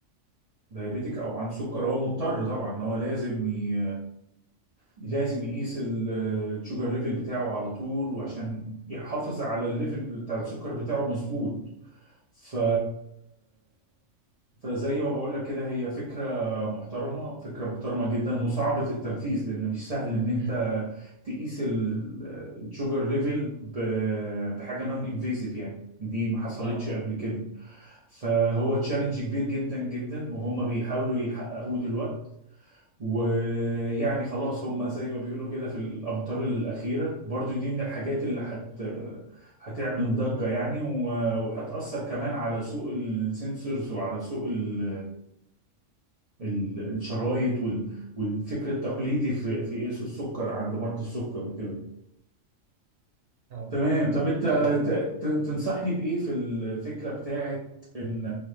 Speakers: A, on the right; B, on the right.
A: دايابيتيك او عنده سكر هو مضطر طبعا ان هو لازم ي... لازم يقيس ال- الشوجر ليفل بتاعه على طول وعشان يحافظ على الليفل بتاع السكر بتاعه مظبوط ف فزي ما بقول لك كده هي فكرة محترمة فكرة محترمة جدا وصعبة التنفيذ لأن مش سهل إن أنت
B: أمم.
A: تقيس ال- الشوجر ليفل ب- بحاجة نون انفيزيف يعني دي ما حصلتش
B: اه اه
A: قبل كده فهو تشالنج كبير جدا جدا وهم بيحاولوا يحققوه دلوقتي ويعني خلاص هم زي ما بيقولوا كده في الأمطار الأخيرة برضو دي من الحاجات اللي هت هتعمل ضجة يعني و- وهتأثر كمان على سوق السنسورز وعلى سوق ال... ال... الشرايط وال... والفكر التقليدي في في قياس السكر عند مرضى السكر وكده
B: اه
A: تمام طب انت
B: فعلا دي
A: ت...
B: حاجة
A: ت... تنصحني بإيه في الفكرة بتاعت ان